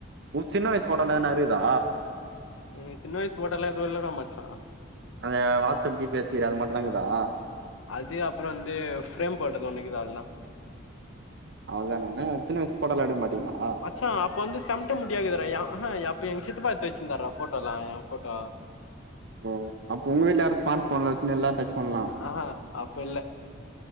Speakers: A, on the right; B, on the left.
A: உ சின்ன வயசு போட்டா இன்ன ன இருக்குதா
B: ம் சின்ன வயசு போட்டோலா எது இல்லடா மாச்சா
A: அது வாட்ஸ்அப்டி பே வச்சியே அது மட்டுந் தா இருக்குதா
B: அது அப்புறோ வந்து ஃப்ரேம் போட்டது உனக்கு தா அல்லா
A: அவ்ளதான னே சின்ன வயசு போட்டோலா எடுக்க மாட்டீங்களா
B: மச்சா அப்ப வந்து சமட்ட முடியாதுகுடா அப்ப எங்க சித்தப்பா எடுத்து வச்சிருந்தாறு போட்டோ எா எ போட்டோ
A: ஓ அப்ப உங்க வீட்ல யாரு ஸ்மார்ட் போன்ல வச்சு எல்லா டச் போன்லா
B: ஆஹா அப்ப இல்ல